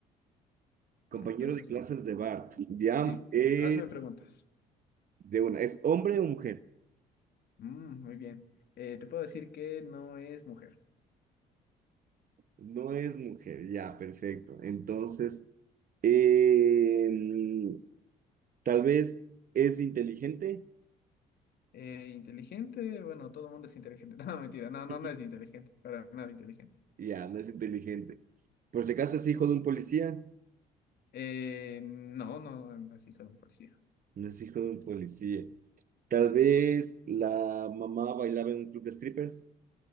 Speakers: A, on the right; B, on the left.
A: Compañero
B: ¿Ya? Entonces,
A: de clases de Bart. Ya
B: sí,
A: es
B: hazme preguntas.
A: de una. ¿Es hombre o mujer?
B: Mm, muy bien. Eh, te puedo decir que no es mujer.
A: No es mujer. Ya, perfecto. Entonces, em, tal vez es inteligente.
B: Eh, inteligente, bueno, todo el mundo es inteligente. <laughs> No, mentira, no, no,
A: <laughs>
B: no es inteligente, para nada inteligente.
A: Ya, no es inteligente. Por si acaso es hijo de un policía.
B: Eh, no, no, no es hijo de un policía.
A: No es hijo de un policía. Tal vez la mamá bailaba en un club de strippers.